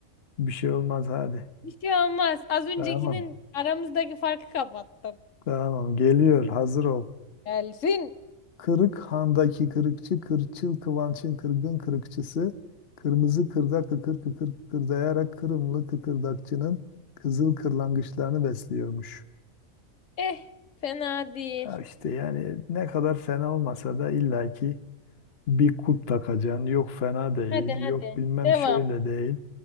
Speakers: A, on the left (about 50°); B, on the left (about 70°).
A: bir şey olmaz hadi.
B: Bir şey olmaz. Az öncekinin
A: Tamam.
B: aramızdaki farkı kapattım.
A: Tamam. Geliyor. Hazır ol.
B: Gelsin.
A: Kırık handaki kırıkçı, kırçıl kıvançın kırgın kırıkçısı, kırmızı kırda kıkır kıkır kıkırdayarak Kırımlı kıkırdakçının kızıl kırlangıçlarını besliyormuş.
B: Eh, fena değil.
A: Ha işte yani ne kadar fena olmasa da illaki bir kulp takacaksın. Yok fena değil,
B: Hadi
A: yok
B: hadi.
A: bilmem
B: Devam.
A: şöyle değil,